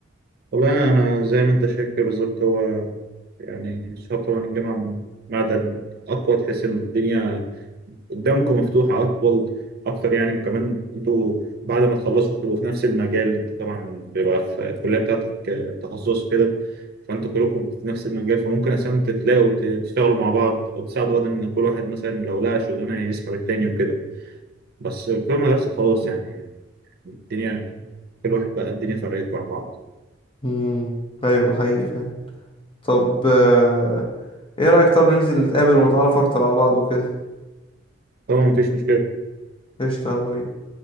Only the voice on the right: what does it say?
والله أنا زي ما أنت شايف كده بالظبط هو يعني شاطر طبعا الجامعة معدن أقوى تحس إن الدنيا قدامكم مفتوحة أطول أكتر يعني وكمان أنتوا بعد ما تخلصوا هتبقوا في نفس المجال أنت طبعا بيبقى في الكلية بتاعتك آه، تخصص كده فأنتوا كلكم في نفس المجال فممكن أساسا تتلاقوا ت- تشتغلوا مع بعض أو تساعدوا بعض إن كل واحد مثلا لو لقى شغلانة يسحب التاني وكده بس في المدرسة خلاص يعني الدنيا كل واحد بقى الدنيا فرقته عن بعض
طبعا مفيش مشكلة